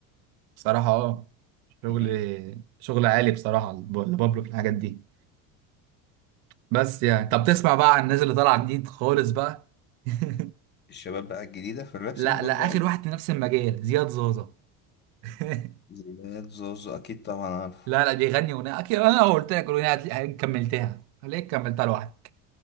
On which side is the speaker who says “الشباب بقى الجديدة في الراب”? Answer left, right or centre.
Left